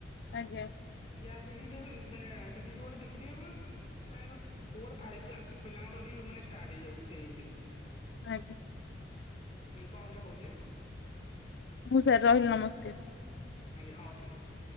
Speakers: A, on the left (about 75°); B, on the left (about 30°).
A: ଆଜ୍ଞା।
B: ଗ୍ୟାସ ଡିଜିଜି ମାନେ ଡିଜି ଗୋଟେ ଦେ ଦେଖି <unintelligible> ମାନେ ଫୋର ଫାଇଭ ପିଲାଙ୍କଟାରୁ ବି ମାନେ ଷ୍ଟାର୍ଟ ହେଇଯାଉଛି ସେଇ ଏଜ ରୁ।
A: ଆଜ୍ଞା।
B: ହୁଁ କଣ ଗୋଟେ କହୁଥିଲି?
A: ମୁ ସାର୍ ରହିଲି ନାମସ୍କାର।
B: ଆଜ୍ଞା ଠିକ ଅଛି।